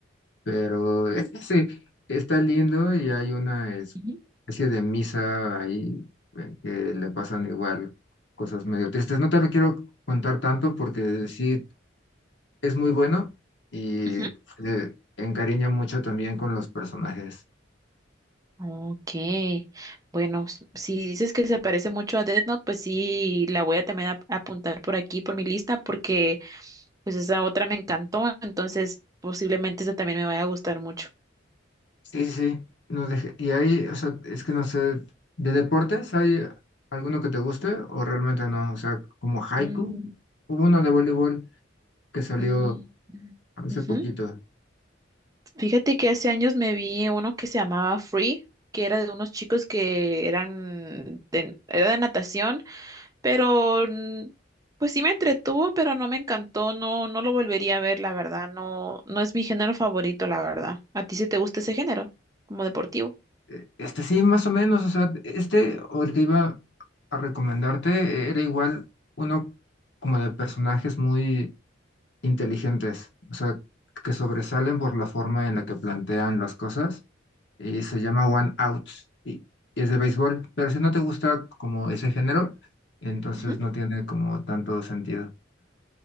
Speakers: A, on the left (about 65°); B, on the right (about 20°).
A: pero <laughs> eh, sí está lindo y hay una especie
B: ujú,
A: de misa ahí eh, que le pasan igual cosas medio tristes. No te lo quiero contar tanto porque sí es muy bueno y
B: ujú.
A: se encariña mucho también con los personajes.
B: Ok, bueno, s- si dices que se parece mucho a Death Note, pues sí, la voy a también ap- apuntar por aquí, por mi lista, porque pues esa otra me encantó, entonces posiblemente esa también me vaya a gustar mucho.
A: Sí, sí, no deje- y ahí, o sea, es que no sé, ¿de deportes hay alguno que te guste o realmente no? O sea, como haiku,
B: Mm,
A: hubo uno de voleibol que salió
B: mm, mm,
A: hace
B: ujú.
A: poquito.
B: Fíjate que hace años me vi uno que se llamaba Free, que era de unos chicos que eran de- era de natación Pero mm, pues sí me entretuvo, pero no me encantó, no, no lo volvería a ver, la verdad, no, no es mi género favorito, la verdad. ¿A ti sí te gusta ese género, como deportivo?
A: Eh, Este sí, más o menos, o sea, este o el que iba a recomendarte era igual uno como de personajes muy inteligentes, o sea, que sobresalen por la forma en la que plantean las cosas y se llama One Out y, y es de béisbol, pero si no te gusta como ese género, entonces
B: Ujú.
A: no tiene como tanto sentido.